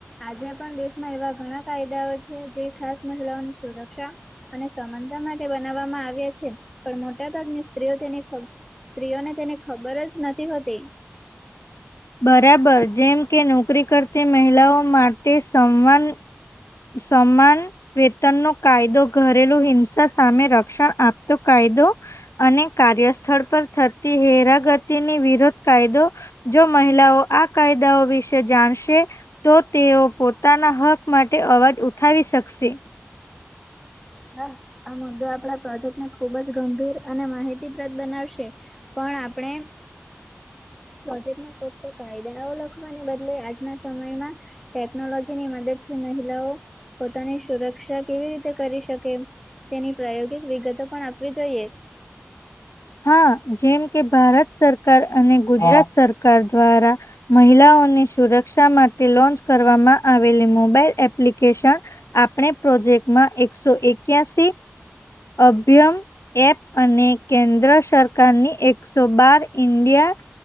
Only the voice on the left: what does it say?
બરાબર જેમ કે નોકરી કરતી મહિલાઓ માટે સંવાન સમન વેતન નો કાયદો ઘરેલુ હિંસા સામે રક્ષણ આપતો કાયદો અને કાર્યસ્થળ પર થતી હેરાગતિની વિરોધ કાયદો જો મહિલાઓ આ કાયદાઓ વિશે જાણશે તો તેઓ પોતાના હક માટે અવાજ ઉઠાવી શકશે
હા જેમ કે ભારત સરકાર અને ગુજરાત સરકાર દ્વારા મહિલાઓની સુરક્ષા માટે લોન્ચ કરવામાં આવેલી મોબાઈલ એપ્લિકેશન આપણે પ્રોજેક્ટમાં એકસો એક્યાસી અભ્યમ એપ અને કેન્દ્ર સરકારની એકસો બાર ઇન્ડિયા